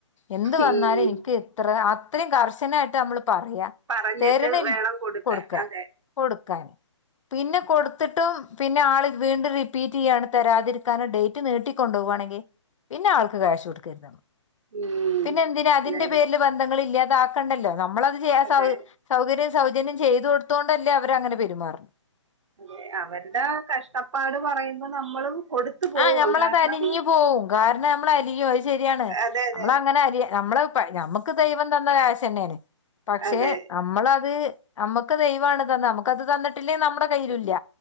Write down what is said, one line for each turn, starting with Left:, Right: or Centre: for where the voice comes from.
Left: എന്ത് വന്നാലും
Right: ഉം
Left: എനിക്ക് ഇത്ര ആ അത്രയും കർശനായിട്ട് നമ്മള് പറയാ
Right: പറഞ്ഞിട്ട്
Left: തരണിൽ
Right: വേണം കൊടുക്കാൻ
Left: കൊടുക്ക
Right: അതെ
Left: കൊടുക്ക. കാൻ പിന്നെ കൊടുത്തിട്ടും പിന്നെ ആള് വീണ്ടും റിപ്പീറ്റ് ചെയ്യാണ് തരാതിരിക്കാന ഡേറ്റ് നീട്ടിക്കൊണ്ടുപോക ആണെങ്കി പിന്നെ ആള്ക്ക് കാശ് കൊടുക്കരുത്
Right: ഉം
Left: പിന്നെ എന്തിനാ അതിന്റെ
Right: അതെ അതെ
Left: പേരിൽ ബന്ധങ്ങളില്ലാ തക്കണ്ടല്ലോ നമ്മളത് ചെയ്യ
Right: അതെ
Left: സൗക സൗകര്യ സൗജന്യം ചെയ്തു കൊടുത്തൊണ്ടല്ലേ അവരങ്ങനെ പെരുമാറ
Right: അതെ അവരുടെ കഷ്ടപ്പാട് പറയുമ്പോ നമ്മളും കൊടുത്തു പോകും
Left: ആ ഞമ്മൾ
Right: കാരണം
Left: അത് അലിഞ്ഞ് പോവും കാരണം ഞമ്മൾ അലിയും അത് ശരിയാണ്
Right: അതെ അതെ
Left: നമ്മൾ അങ്ങനെ അലിയ നമ്മൾ പ്പഴ് ഞമ്മക്ക് ദൈവം തന്ന കാശെന്നെയാണ് പക്ഷെ
Right: അതെ
Left: നമ്മളത് നമ്മക്ക് ദൈവാണ് തന്നെ നമ്മക്കത് തന്നിട്ടില്ലെ നമ്മളെ കയ്യിലും ഇല്ല